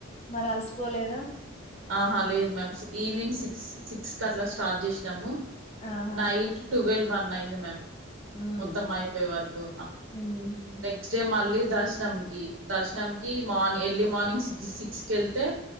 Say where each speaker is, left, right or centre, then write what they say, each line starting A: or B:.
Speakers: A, on the left (about 30°); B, on the right (about 70°).
A: మరి అలసిపోలేద
B: ఆహా లేదు మ్యామ్ ఈవినింగ్ సిక్స్ సిక్స్కి అట్ల స్టార్ట్ చేసినాము
A: ఆహా
B: నైట్ ట్వెల్వ్ వన్ అయింది మ్యామ్
A: హ్మ్
B: మొత్తం అయిపోయే వరకు
A: ఉహు
B: నెక్స్ట్ డే మళ్ళీ దర్శనం కి దర్శనం కి మార్ని ఎర్లీ మార్నింగ్ సిక్ సిక్స్ కెళ్తే